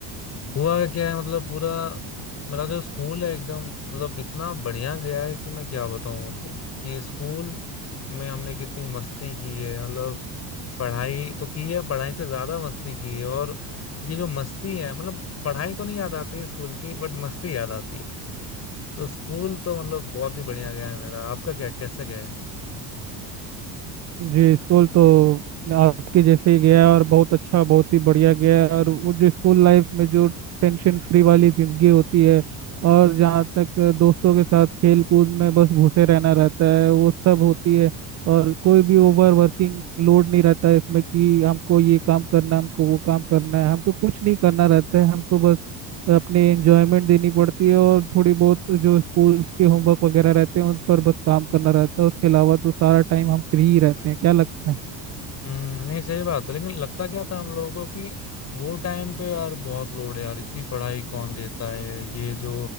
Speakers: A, on the left (about 35°); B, on the right (about 40°).
A: हुआ क्या है मतलब पूरा मेरा जो स्कूल है एकदम मतलब इतना बढ़िया गया है कि मैं क्या बताऊं आपको कि स्कूल में हमने कितनी मस्ती की है मतलब पढ़ाई तो की है पढ़ाई से ज्यादा मस्ती की है और ये जो मस्ती है मतलब पढ़ाई तो नहीं याद आती है स्कूल की बट मस्ती याद आती है तो स्कूल तो मतलब बहुत ही बढ़िया गया है मेरा आपका क्या कैसा गया है
B: जी स्कूल तो आपके जैसे ही गया और बहुत अच्छा बहुत ही बढ़िया गया और वो जो स्कूल लाइफ में जो टेंशन फ्री वाली जिंदगी होती है और जहाँ तक दोस्तों के साथ खेल कूद में बस घुसे रहना रहता है वो सब होती है और कोई भी ओवर वर्किंग लोड नहीं रहता है इसमें कि हमको ये काम करना हमको वो काम करना है हमको कुछ नहीं करना रहता है हमको बस अपनी एंजॉयमेंट देनी पड़ती है और थोड़ी बहुत जो स्कूल्स के होमवर्क वगैरह रहते हैं उन पर बस काम करना रहता है उसके अलावा तो सारा टाइम हम फ्री ही रहते हैं क्या लगता है
A: हम्म नहीं सही बात है लेकिन लगता क्या था हम लोगों को कि वो टाइम पे यार बहुत लोड है यार इतनी पढ़ाई कौन देता है ये जो